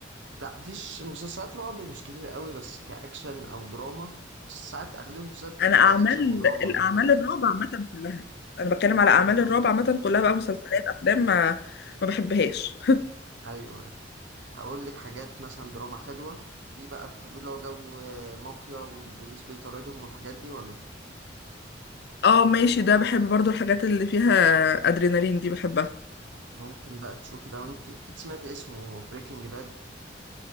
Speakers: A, on the right; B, on the left.
A: لا مفيش مسلسلات رعب مش كتير قوي بس كأكشن او دراما ساعات اغلب المسلسلات بتبقى
B: انا اعمال
A: فيها اكشن ودراما
B: الاعمال
A: فاهماني
B: الرعب عامه كلها انا بتكلم على اعمال
A: امم
B: الرعب عامه كلها بقى مسلسلات افلام ما ما بحبهاش
A: ايوه ايوه هقول لك حاجات مثلا دراما حلوة في بقى بتحبي اللي هو جو آه، مافيا والبوليس بيطاردهم والحاجات دي ولا
B: اه ماشي ده بحب برضو الحاجات اللي فيها ادرينالين دي بحبها
A: ممكن بقى تشوفي لو انت اكيد سمعتي اسمه بريكنج باد